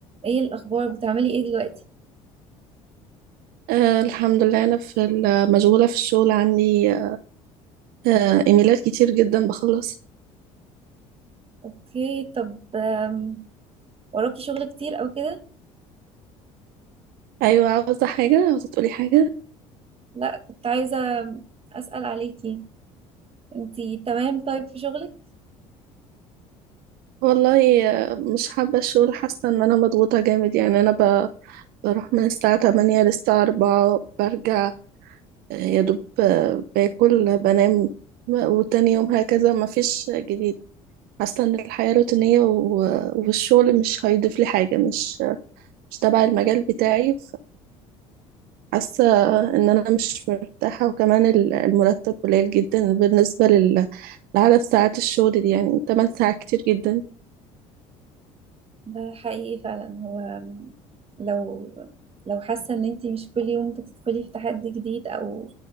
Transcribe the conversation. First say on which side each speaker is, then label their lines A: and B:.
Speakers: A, on the right; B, on the right.
A: ايه الاخبار بتعملي ايه دلوقتي
B: آه الحمد لله أنا في ال- مشغولة في الشغل عندي آه إيميلات كتير جدا بخلص
A: اوكي طب آم، وراكي شغل كتير او كده
B: أيوة عاوزة حاجة عاوزة تقولي حاجة
A: لا كنت عايزه اسال عليكي انتي تمام طيب في شغلك
B: والله آه مش حابة الشغل حاسة إن أنا مضغوطة جامد يعني أنا ب... بروح من الساعة 8 للساعة 4 برجع آه يا دوب آه باكل بنام م- وتاني يوم هكذا مفيش جديد حاسة إن الحياة روتينية و... والشغل مش هيضيف لي حاجة مش مش تبع المجال بتاعي حاسة ان انا مش مرتاحة وكمان ال- المرتب قليل جدا بالنسبة لل- لعدد ساعات الشغل دي يعني 8 ساعات كتير جدا
A: ده حقيقي فعلا هو آم، لو لو حاسه ان انتي مش كل يوم بتدخلي في تحدي جديد او